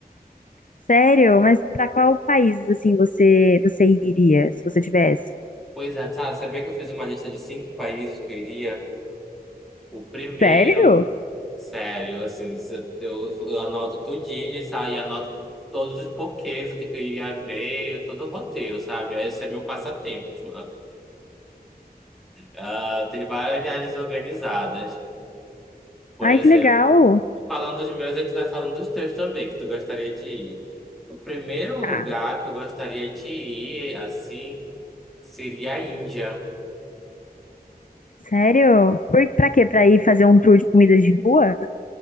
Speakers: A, on the left; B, in the centre.
A: Sério? Mas pra qual país, assim, você você iria, se você tivesse?
B: Pois é, tá. Sabia que eu fiz uma lista de cinco países que eu iria? O primeiro,
A: Sério?
B: sério, assim, se- eu, eu anoto tudinho e sabe? E anoto todos os porquês, o que, que eu iria ver, todo o roteiro, sabe? Esse é meu passatempo. Tipo, ah, ah, tem várias viagens organizadas. Por
A: Ai,
B: exemplo.
A: que legal.
B: Falando dos meus, a gente vai falando dos teus também, que tu gostaria de ir. O primeiro lugar
A: Tá.
B: que eu gostaria de ir, assim, seria a Índia.
A: Sério? Por, pra quê? Pra ir fazer um tour de comidas de rua?